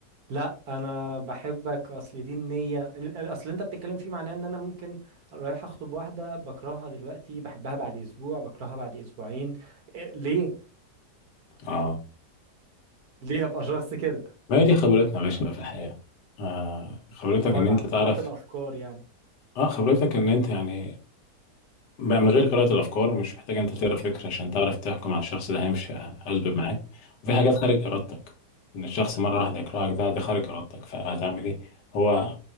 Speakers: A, on the right; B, on the left.
A: لا انا بحبك اصل دي النيه ال- ال- اصل انت بتتكلم فيه معناه ان انا ممكن رايح اخطب واحده بكرهها دلوقتي بحبها بعد اسبوع بكرهها بعد اسبوعين إيه ليه
B: اه
A: ليه هبقى شخص كده
B: ما هي دي خبرتنا يا باشا بقى في الحياة آه خبرتك
A: بره
B: ان انت
A: عن
B: تعرف
A: قراءه الافكار يعني
B: اه خبرتك ان انت يعني بقى من غير قراءة الافكار مش محتاج انت تقرا فكرة عشان تعرف تحكم على الشخص ده هيمشي هيظبط معاك وفي حاجات خارج ارادتك ان الشخص مرة واحدة يكرهك ده ده خارج ارادتك فهتعمل ايه هو